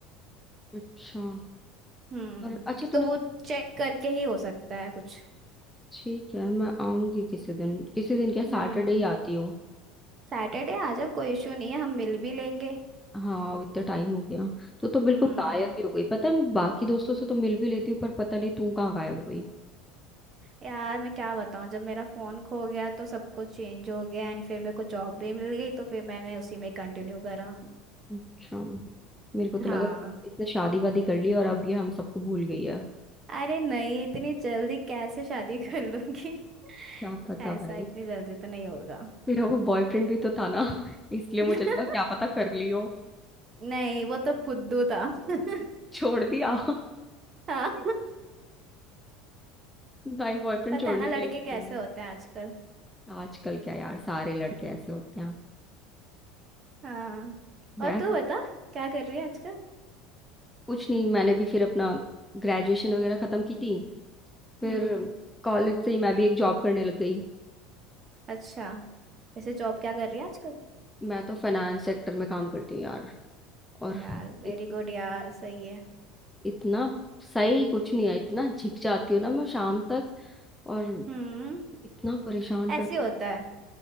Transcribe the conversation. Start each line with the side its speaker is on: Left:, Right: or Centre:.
Centre: अच्छा
Right: हम्म
Centre: और अच्छा तूने
Right: तो वो
Centre: वो
Right: चेक करके ही हो सकता है कुछ
Centre: ठीक है मैं आऊंगी किसी दिन किसी दिन क्या
Right: हम्म
Centre: सैटरडे ही आती हूँ
Right: सैटरडे आ जा कोई इशू नहीं है हम मिल भी लेंगे
Centre: हाँ अब इतना टाइम हो गया तो तो बिल्कुल
Right: हम्म
Centre: गायब ही हो गई पता है मैं बाकी दोस्तों से तो मिल भी लेती हूँ पर पता नहीं तू कहाँ गायब हो गई
Right: यार मैं क्या बताऊं जब मेरा फोन खो गया तो सब कुछ चेंज हो गया एंड फिर मेरे को जॉब भी मिल गई तो फिर मैंने उसी में कंटिन्यू करा
Centre: अच्छा मेरे को तो
Right: हाँ
Centre: लगा इसने शादी वादी कर ली और अब ये हम सबको भूल गई है
Right: अरे नहीं इतनी जल्दी कैसे शादी <laughs> कर लूंगी
Centre: क्या पता
Right: ऐसा
Centre: भाई
Right: इतनी जल्दी तो नहीं होगा
Centre: मेरा वो बॉयफ्रेंड भी तो था ना <laughs> इसलिए
Right: <laughs>
Centre: मुझे लगा क्या पता कर ली हो
Right: नहीं वो तो फुद्दू था <laughs>
Centre: छोड़ दिया <laughs>
Right: हाँ
Centre: भाई बॉयफ्रेंड
Right: पता
Centre: छोड़ने
Right: है ना लड़के
Centre: के लिए होते
Right: कैसे
Centre: हैं।
Right: होते हैं आजकल
Centre: आजकल क्या यार सारे लड़के ऐसे होते हैं
Right: हाँ
Centre: मैं
Right: और तू बता क्या कर रही है आजकल
Centre: कुछ नहीं मैंने भी फिर अपना ग्रेजुएशन वगैरह खत्म की थी फिर
Right: हम्म
Centre: कॉलेज से ही मैं भी एक जॉब करने लग गई
Right: अच्छा ऐसे जॉब क्या कर रही है आजकल
Centre: मैं तो फाइनेंस सेक्टर में काम करती हूँ यार और
Right: यार वेरी
Centre: इत,
Right: गुड यार सही है
Centre: इतना सही कुछ नहीं है इतना झिक जाती हूँ ना मैं शाम तक और
Right: हम्म
Centre: इतना परेशान
Right: ऐसे
Centre: कर
Right: होता है